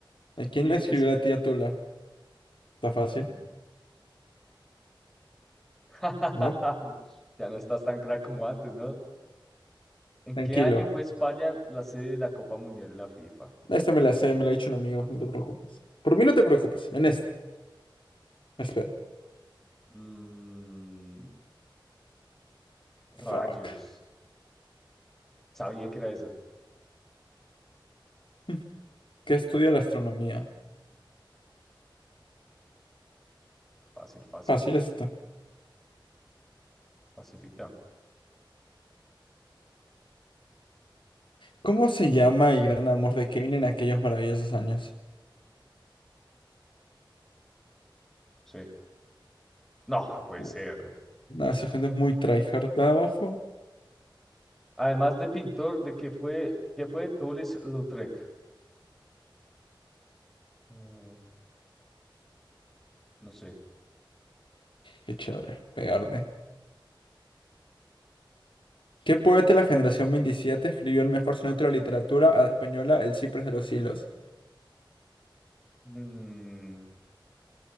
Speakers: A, on the left (about 75°); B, in the centre.
A: ¿A quién
B: ¿Quién
A: le escribió
B: es?
A: la tía Tula? ¿Está fácil?
B: Mm. <laughs>
A: ¿No?
B: Ya no estás tan crack como antes, ¿no? ¿En
A: Tranquilo.
B: qué año fue España la sede de la Copa Mundial de la FIFA?
A: Esta me la sé, me la ha dicho un amigo, no te preocupes. Por mí no te preocupes, en esta. espera.
B: Mm, rayos.
A: Fuck.
B: Sabía que era esa.
A: <laughs> ¿Qué estudia la astronomía?
B: Fácil, fácil,
A: Fácil esto.
B: facilita.
A: ¿Cómo se llama el gran amor de Kevin en aquellos maravillosos años?
B: Sí. No, no puede
A: Uh,
B: ser.
A: Nada, esa gente es muy tryhard de abajo.
B: Además de pintor, ¿de qué fue, qué fue Toulouse-Lautrec? Eh, no sé.
A: Qué chévere, pegarle.
B: Wow.
A: ¿Qué poeta de la generación 27 escribió el mejor soneto de la literatura a la española, El Ciprés de los Hilos?
B: Mm,